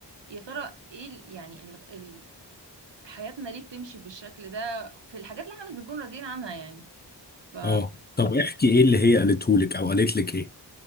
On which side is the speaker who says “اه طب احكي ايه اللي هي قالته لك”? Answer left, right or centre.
Left